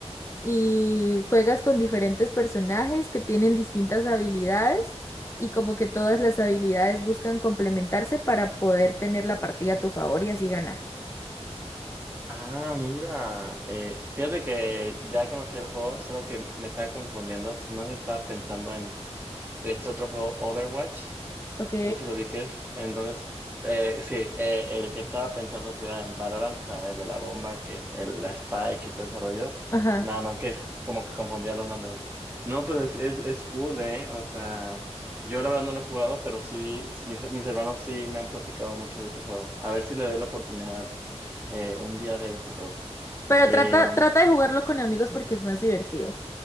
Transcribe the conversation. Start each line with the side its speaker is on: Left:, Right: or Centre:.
Left: y juegas con diferentes personajes que tienen distintas habilidades y como que todas las habilidades buscan complementarse para poder tener la partida a tu favor y así ganar.
Right: Ah, mira. eh, fíjate que ya conocí el juego, solo que me estaba confundiendo. No se estaba pensando en este otro juego, Overwatch.
Left: Ok,
Right: No sé si lo ubiques. Entonces, eh, sí, eh, el que estaba pensando si era en Valorant, o sea, el de la bomba, que es el, la Spike y todo ese rollo.
Left: Ajá.
Right: Nada más que es como que confundía los nombres. No, pues es, es, es cool, ¿eh? O sea, yo la verdad no lo he jugado, pero sí, mis, mis hermanos sí me han platicado mucho de ese juego. A ver si le doy la oportunidad eh, un día de estos.
Left: Pero
Right: Eh,
Left: trata, trata de jugarlo con amigos porque es más divertido.